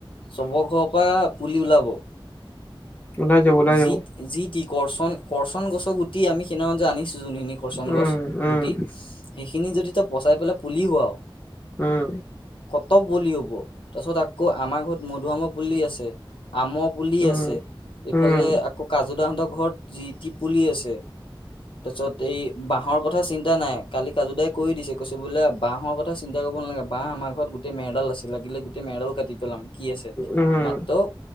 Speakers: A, on the left (about 70°); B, on the left (about 20°).
A: চব ঘৰৰ পৰা পুলি ওলাব।
B: ওলাই যাব ওলাই
A: যি
B: যাব
A: যি টি কৰচন কৰচন গছক উটি আমি যে আনিছো যোনখিনি কৰচন
B: উম,
A: গছ
B: উম,
A: গুটি সেইখিনি যদি তই পচাই পেলাই পুলি হোৱাও
B: উম।
A: ক'ত পুলি হ'ব তাৰ পিছত আকৌ আমাৰ ঘৰত মধুআমৰ পুলি আছ তে, আমৰ বুলি
B: উম,
A: আছে
B: উম,
A: এইফালে আকৌ কাজু দাহতক ঘৰত যি টি পুলি আছে।
B: <inaudible>
A: তাৰ পিছত এই বাঁহৰ কথা চিন্তা নাই, কালি কাজু দাই কৈ দিছে কৈছে বোলে বাঁহৰ কথা চিন্তা কৰিব নালাগে। বাঁহ আমাৰ ঘৰত গোটই মেডেল আছে লাগিলে গোটেই মেডেল দি পেলাম কি আছে
B: উম,
A: মাত্ৰ